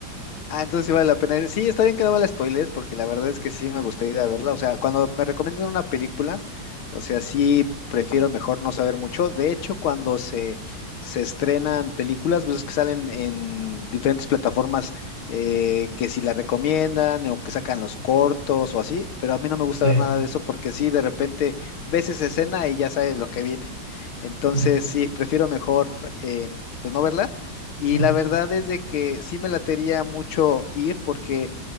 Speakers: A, on the left (about 85°); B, on the right (about 50°).
A: Ah, entonces sí vale la pena ir. Sí, está bien que no me la spoilees, porque la verdad es que sí me gustaría ir a verla. O sea, cuando me recomiendan una película, o sea, sí prefiero mejor no saber mucho. De hecho, cuando se, se estrenan películas, pues es que salen en diferentes plataformas eh, que si la recomiendan o que sacan los cortos o así, pero a mí no me gusta
B: Sí.
A: ver nada de eso porque sí, de repente ves esa escena y ya sabes lo que viene. Entonces,
B: Mm,
A: sí, prefiero mejor eh, pues no verla y
B: ujú,
A: la verdad es de que sí me latería mucho ir porque